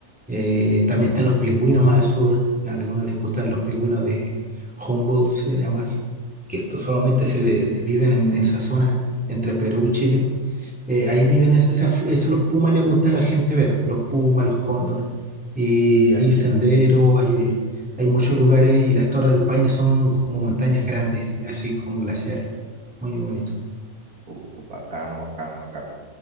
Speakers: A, in the centre; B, on the right (about 80°).
A: Eh, también están los pingüinos más al sur. A algunos les gustan los pingüinos de Humboldt, se llama, que esto solamente se de- viven en, en esa zona entre Perú y Chile eh, ahí viven es- esas, fl- eso los pumas les gusta a la gente ver, los pumas, los cóndor, y hay senderos, hay, eh, hay muchos lugares y las Torres del Paine son como montañas grandes, así con glaciares, muy bonito.
B: Uf, bacano, bacano, bacano.